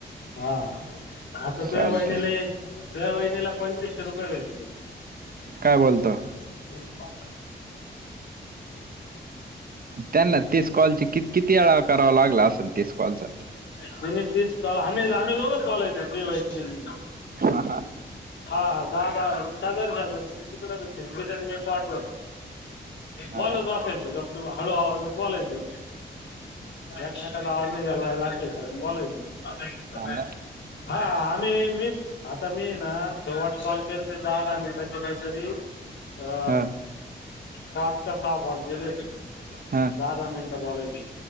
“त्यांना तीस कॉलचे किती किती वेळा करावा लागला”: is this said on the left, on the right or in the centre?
Right